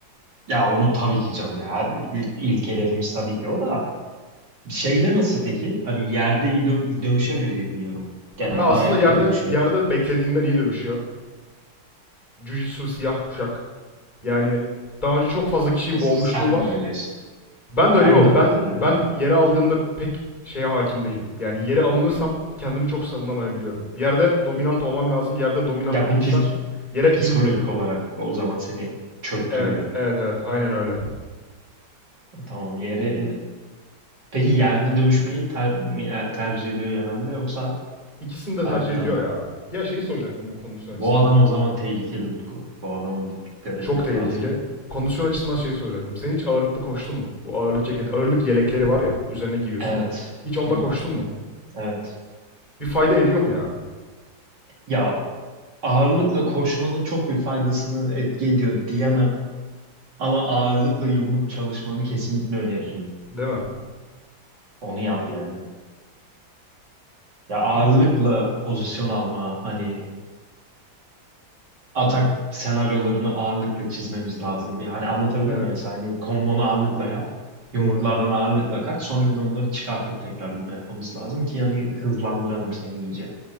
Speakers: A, on the right; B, on the left.
A: ya onu tabii ki canım ya. Her- il- ilk hedefimiz tabii ki o da. Şeyde nasıl peki? Hani yerde iyi dö- dövüşemiyor diye biliyorum. Genelde
B: Ya aslında
A: ayakta
B: yerde
A: dövüşüyor.
B: yerde beklediğinden iyi dövüşüyor. Jiu-Jitsu siyah kuşak. Yani daha önce çok fazla kişiyi
A: E, Sen
B: boğmuşluğu var.
A: de öylesin.
B: Ben de öyleyim
A: Sen
B: ama
A: de öylesin.
B: ben ben
A: ha.
B: yere aldığımda pek şeye hakim değilim. Yani yere alınırsam kendimi çok savunamayabiliyorum. Bir yerde dominant olmam lazım. Yerde dominant
A: Ya
B: değilsem
A: bu pis-
B: yere
A: psikolojik
B: inmiyorum.
A: olarak o zaman seni çöktürüyor.
B: Evet, evet, evet. Aynen öyle.
A: Tamam yere. Peki yerde dövüşmeyi ter- mi- e, tercih ediyor genelde yoksa
B: İkisini de
A: ayakta
B: tercih ediyor
A: mı?
B: ya. Ya şeyi soracaktım bu kondisyon
A: Bu
B: açısından.
A: adam o zaman tehlikeli Utku. Bu adama bir dikkat
B: Çok
A: etmek
B: tehlikeli.
A: lazım.
B: Kondisyon açısından şeyi soracaktım. Sen hiç ağırlıklı koştun mu? Bu ağırlık ceket, ağırlık yelekleri var ya, üzerine giyiyorsun.
A: Evet.
B: Hiç onunla
A: Hı hı,
B: koştun mu?
A: Evet.
B: Bir fayda ediyor mu ya?
A: Ya ağırlıkla koşmanın çok bir faydasını etki ediyor diyemem. Ama ağırlıkla yumruk çalışmanı kesinlikle öneririm.
B: Değil mi?
A: Onu yap yani. Ya ağırlıkla
B: Abi,
A: pozisyon alma, hani atak senaryolarını ağırlıkla çizmemiz lazım. Bir hani anlatabildim
B: Evet,
A: mi? Mesela hani kombonu ağırlıkla yap. Yumruklardan
B: doğru.
A: ağırlıkla kaç. Sonra bir de onları çıkartıp tekrar bunu yapmamız lazım ki hani hızlandıralım seni iyice.